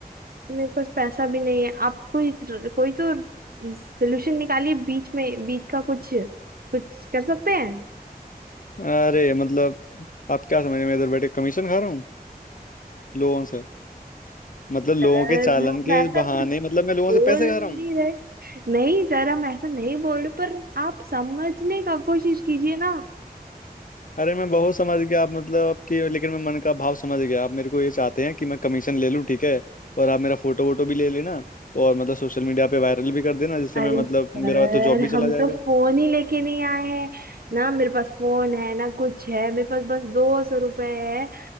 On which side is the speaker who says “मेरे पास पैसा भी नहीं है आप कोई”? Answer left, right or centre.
Right